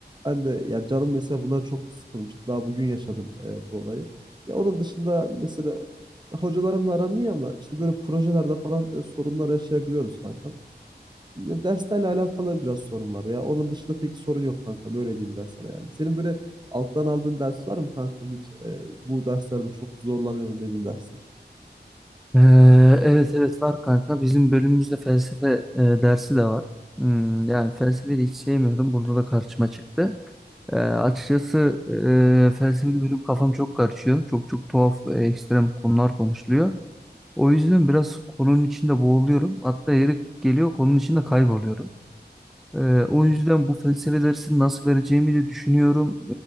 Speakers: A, on the right; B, in the centre.
A: Ben de yani canım mesela buna çok sıkılmıştı. Daha bugün yaşadım e, bu olayı. Ya onun dışında mesela hocalarımla aram iyi ama işte böyle projelerde falan e, sorunlar yaşayabiliyoruz kanka. Ne- Derslerle alakalı biraz sorun var ya. Onun dışında pek sorun yok kanka. Böyle diyeyim ben sana yani. Senin böyle alttan aldığın ders var mı kankam hiç? e, bu derslerde çok zorlanıyorum dediğin dersler.
B: Ee, evet evet var kanka. Bizim bölümümüzde felsefe e, dersi de var. Hmm, yani felsefeyi de hiç sevmiyordum. Burada da karşıma çıktı. Ee, açıkçası e, felsefeli bölüm kafam çok karışıyor. Çok çok tuhaf, e, ekstrem konular konuşuluyor. O yüzden biraz konunun içinde boğuluyorum. Hatta yeri geliyor konunun içinde kayboluyorum. Ee, o yüzden bu felsefe dersini nasıl vereceğimi de düşünüyorum.